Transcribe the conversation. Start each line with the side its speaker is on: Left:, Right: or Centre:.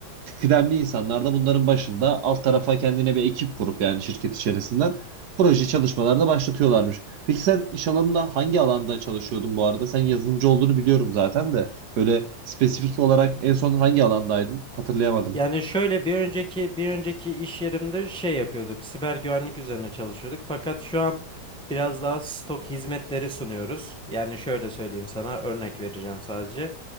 Right: kıdemli insanlar da bunların başında alt tarafa kendine bir ekip kurup yani şirket içerisinden proje çalışmalarına başlatıyorlarmış. Peki sen iş alanında hangi alanda çalışıyordun bu arada? Sen yazılımcı olduğunu biliyorum zaten de böyle spesifik olarak en son hangi alandaydın? Hatırlayamadım.
Centre: Yani şöyle bir önceki bir önceki iş yerimde şey yapıyorduk. Siber güvenlik üzerine çalışıyorduk. Fakat şu an biraz daha stok hizmetleri sunuyoruz. Yani şöyle söyleyeyim sana örnek vereceğim sadece.